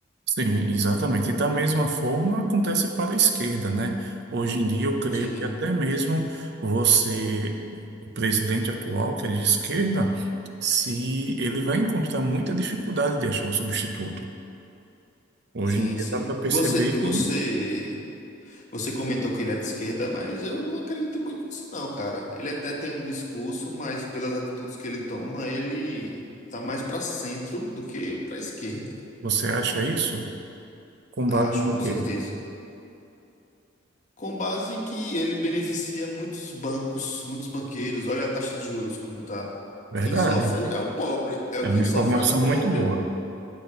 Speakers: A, on the right; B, on the left.
A: Sim, exatamente. E da mesma forma acontece para a esquerda, né? Hoje em dia eu creio
B: Sim,
A: que até mesmo você, o presidente atual, que é de esquerda, se ele vai encontrar muita dificuldade de achar um substituto. Hoje
B: sim,
A: em dia
B: sim.
A: dá para perceber
B: Você, você,
A: que
B: você comentou que ele é de esquerda, mas eu não acredito muito nisso, não, cara. Ele até tem um discurso, mas pelas atitudes que ele toma, ele tá mais para centro do que para esquerda.
A: você acha isso com
B: Acho,
A: base no
B: com
A: quê?
B: certeza. Com base que ele beneficia muitos bancos, muitos banqueiros. Olha a taxa de juros como tá.
A: Verdade.
B: Quem sofre é o pobre. É o
A: É
B: quem
A: uma informação
B: sofre é o pobre.
A: muito boa.